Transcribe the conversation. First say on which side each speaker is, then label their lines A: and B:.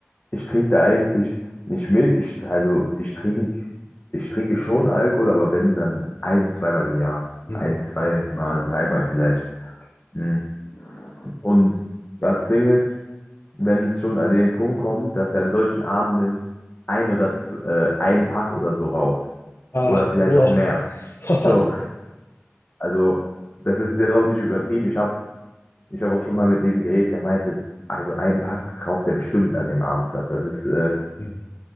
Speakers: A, on the left; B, on the left.
A: ich trinke da eigentlich nicht mit. Ich, also ich trinke, ich trinke schon Alkohol, aber wenn, dann ein, zweimal im Jahr.
B: Mhm.
A: Ein, zweimal,
B: Mhm.
A: dreimal vielleicht. Hm. Und das Ding ist, wenn es schon an den Punkt kommt, dass er an solchen Abenden ein oder z- äh, ein Pack oder so raucht.
B: Ah,
A: Oder vielleicht
B: wow.
A: auch mehr.
B: <laughs>
A: So, also das ist jetzt auch nicht übertrieben. Ich habe ich hab auch schon mal mit dem geredet, der meinte, also ein Pack raucht er bestimmt an dem Abend. da. Das ist, äh,
B: Mhm.